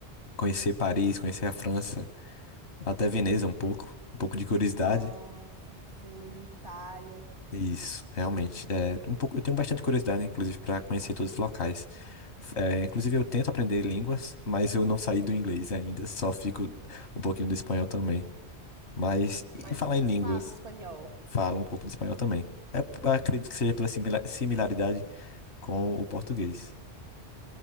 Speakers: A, on the left; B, on the right.
A: Conhecer Paris, conhecer a França, até Veneza um pouco, um pouco de curiosidade.
B: Nossa, sim, Itália.
A: Isso, realmente. É, um pouco, eu tenho bastante curiosidade, inclusive, para conhecer todos os locais. É, inclusive, eu tento aprender línguas, mas eu não saí do inglês ainda, só fico um pouquinho do espanhol também. Mas, e
B: Mas
A: falar em línguas,
B: falo espanhol.
A: falo um pouco de espanhol também. É, acredito que seja pela simila- similaridade com o português.